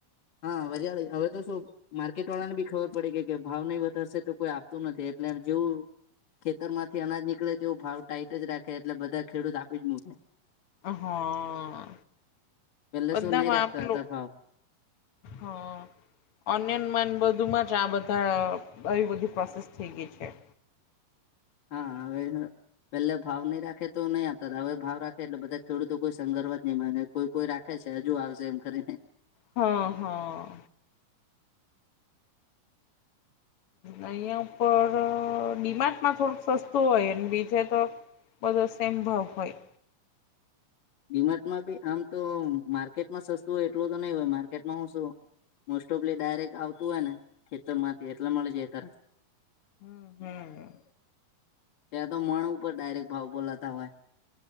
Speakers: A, on the left (about 40°); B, on the left (about 60°).
A: હા વરિયાળી હવે તો શું. માર્કેટ વાળા ને બી ખબર પડે કે કે ભાવ નહી વધારશે તો કોઈ આપતું નથી, એટલે આમ જેવુ ખેતરમાંથી અનાજ નીકળે તેવો ભાવ ટાઈટ જ રાખે એટલે બધા ખેડૂત આપી જ મૂકે
B: હા
A: પેલે
B: બધા
A: શું નહી
B: માપલું
A: રાખતા હતા ભાવ
B: હા. ઓનિયનમાં બધુંમાં જ આ બધા આવી બધી પ્રોસેસ થઈ ગઈ છે.
A: હા હવે પેલે ભાવ નહી, રાખે તો નહી આપતા હવે ભાવ રાખે એટલે બધા ખેડૂતો કોઈ સંગર્વ જ નહીં માને કોઈ કોઈ રાખે છે, હજુ આવશે એમ કરીને
B: હા, હા.
A: <unintelligible>
B: અહં ઉપર ડિમાન્ડમાં થોડુંક સસ્તું હોય એ બીજે તો બધો સેમ ભાવ હોય.
A: ડિમાટમાં બી આમ તો માર્કેટમાં સસ્તું હોય એટલું તો નહી હોય માર્કેટમાં હું શું મોસ્ટ ઓફલી ડાયરેક્ટ આવતું હોય ને ખેતર માંથી એટલા મળે જાય તરત
B: હું, હું.
A: ત્યાં તો મણ ઉપર ડાયરેક્ટ ભાવ બોલાતા હોય.